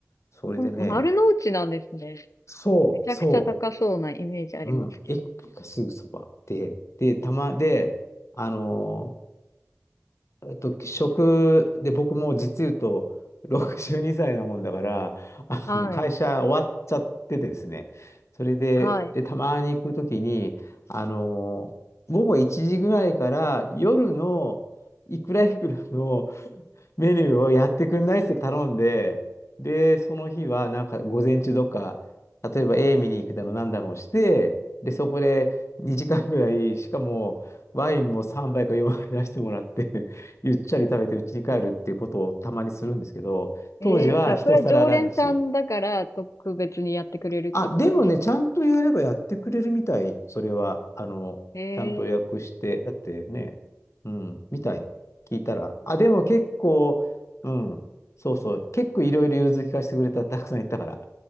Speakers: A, on the left; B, on the left.
A: それでね、
B: ほんと、丸の内なんですね。
A: そう、
B: めちゃくちゃ高そうなイメージありますけど。
A: そう。うん、駅がすぐそばで、で、たまで、あのーえっと、職で、僕もう実言うと62歳なもんだから、あの、
B: はい。
A: 会社終わっちゃっててですね、それで、
B: はい。
A: で、たまに行くときに、あのー午後1時ぐらいから夜のいくらいくらのメニューをやってくんないっつって頼んで、で、その日はなんか午前中とか、例えば A 見に行くだろう、なんだろうして、で、そこで2時間ぐらい、しかもワインも3杯か4杯出してもらって <laughs> ゆっちゃり食べて家に帰るっていうことをたまにするんですけど、
B: ええーさ、
A: 当時は一皿ランチ。
B: それは常連さんだから特別にやってくれるってことですか
A: あ、でもね、ちゃんとやればやってくれるみたい。それは、あの、
B: ええ
A: ちゃんと予約して、だってね、うん、みたい。聞いたら。あ、でも結構、うん、そうそう、結構いろいろ融通聞かせてくれた、たくさん言ったから。